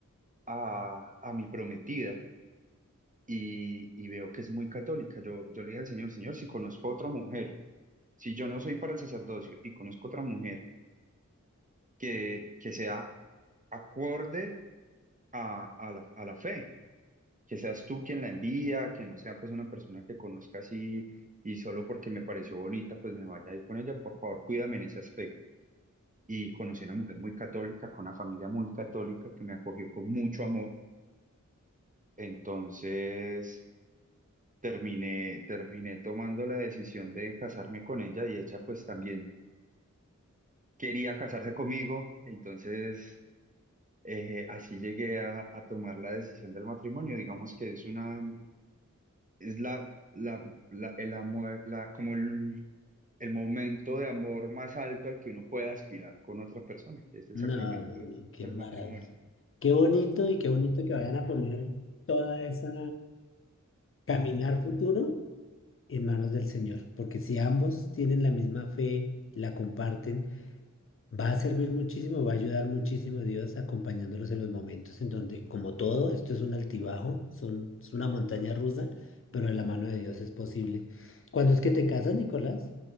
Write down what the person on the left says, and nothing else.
No,
no,
no, qué
maravilla.
Qué bonito y qué bonito que vayan a poner toda esa caminar futuro en manos del Señor, porque si ambos tienen la misma fe, la comparten Va a servir muchísimo, va a ayudar muchísimo Dios acompañándolos en los momentos en donde, como todo, esto es un altibajo, son, es una montaña rusa, pero de la mano de Dios es posible. ¿Cuándo es que te casas, Nicolás?